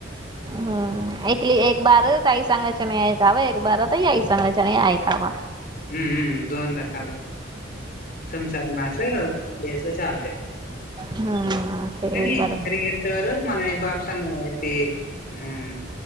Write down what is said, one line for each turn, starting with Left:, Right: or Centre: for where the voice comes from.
Right: हम एकली एक बार त आई सांगायच्या नाही ऐकावं एक बार तई आई सांगाय नाही ऐकावां
Left: हम्मम्म दोन रकाल संमसारणाच बेस चालते
Right: हम्म ते
Left: कनी
Right: बरोबर
Left: घरी घरी कर मा बापसना अऐती हम्म